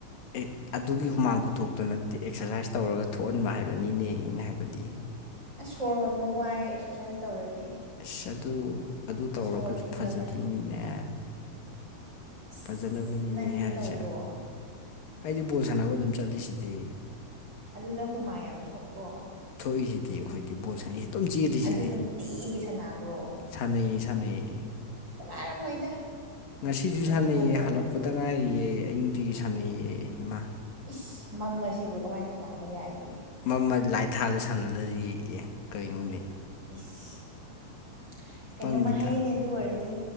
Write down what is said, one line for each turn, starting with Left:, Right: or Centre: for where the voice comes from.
Left: ꯑꯦ ꯑꯗꯨꯒꯤ ꯍꯨꯃꯥꯡ ꯈꯨꯊꯣꯛꯇꯣ ꯅꯠꯇꯦ ꯑꯦꯛꯁꯔꯁꯥꯏꯁ ꯇꯧꯔꯒ ꯊꯣꯛꯍꯟꯕ ꯍꯥꯏꯕꯅꯤꯅꯦ ꯑꯩꯅ ꯍꯥꯏꯕꯗꯤ
Right: ꯑꯁ ꯁꯣꯔ ꯍꯣꯟꯕ ꯋꯥꯏꯌꯦ ꯑꯦꯛꯁꯔꯁꯥꯏꯁ ꯇꯧꯔꯗꯤ
Left: ꯑꯁ ꯑꯗꯨ ꯑꯗꯨ ꯇꯧꯔꯒꯁꯨ
Right: ꯁꯣꯔ ꯊꯤꯡꯒꯠꯂꯦ
Left: ꯐꯖꯗꯣꯏꯅꯤꯅꯦ
Right: ꯑꯁ
Left: ꯐꯖꯅꯕꯅꯤꯅꯦ
Right: ꯅꯪꯗꯤ
Left: ꯑꯩ ꯍꯥꯏꯁꯦ
Right: ꯇꯧꯕ꯭ꯔꯣ
Left: ꯑꯩꯗꯤ ꯕꯣꯜ ꯁꯥꯟꯅꯕ ꯑꯗꯨꯝ ꯆꯠꯂꯤꯁꯤꯗꯤ
Right: ꯑꯗꯨꯗ ꯍꯨꯃꯥꯡ ꯌꯥꯝ ꯊꯣꯛꯄ꯭ꯔꯣ
Left: ꯊꯣꯛꯏꯖꯤꯗꯤ ꯑꯩꯈꯣꯏꯗꯤ ꯕꯣꯜ ꯁꯥꯅꯩ ꯑꯗꯨꯝ ꯆꯦꯜꯂꯤꯁꯤꯗꯤ
Right: ꯑꯗꯨ ꯅꯨꯡꯇꯤꯒꯤ ꯁꯥꯟꯅꯕ꯭ꯔꯣ
Left: ꯁꯥꯟꯅꯩꯌꯦ ꯁꯥꯟꯅꯩꯌꯦ
Right: ꯁꯥꯟꯅꯔꯝꯃꯣꯏꯗ
Left: ꯉꯁꯤꯁꯨ
Right: ꯅꯣꯡ
Left: ꯁꯥꯟꯅꯩꯌꯦ
Right: ꯐꯥꯗꯣꯛ
Left: ꯍꯜꯂꯛꯄꯗ ꯂꯛꯇ ꯉꯥꯏꯔꯤꯌꯦ ꯑꯩ ꯅꯨꯡꯇꯤꯒꯤ ꯁꯥꯟꯅꯩꯌꯦ ꯏꯃꯥ
Right: ꯏꯁ ꯃꯝꯃꯁꯤꯕꯨ ꯀꯃꯥꯏꯅ ꯁꯅꯥꯕ ꯌꯥꯒꯦ
Left: ꯃꯝꯃ ꯂꯥꯏꯠ ꯊꯥꯜꯂ ꯁꯥꯟꯅꯗꯗꯤ ꯑꯦ ꯀꯩꯅꯣꯅꯦ
Right: ꯏꯁ ꯀꯩꯅꯣꯝꯃ
Left: ꯄꯪꯉꯤꯗ
Right: ꯍꯥꯏꯒꯅꯦ ꯑꯗꯨ ꯑꯣꯏꯔꯗꯤ